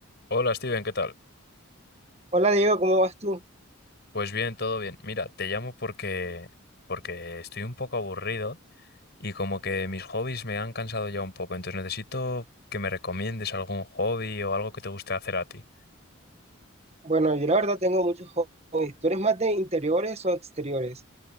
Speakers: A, on the left; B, on the right.
A: Hola Steven, ¿qué tal?
B: Hola Diego, ¿cómo vas tú?
A: Pues bien, todo bien. Mira, te llamo porque porque estoy un poco aburrido y como que mis hobbies me han cansado ya un poco, entonces necesito que me recomiendes algún hobby o algo que te guste hacer a ti.
B: Bueno, yo la verdad tengo muchos ho- hobbies. ¿Tú eres más de interiores o exteriores?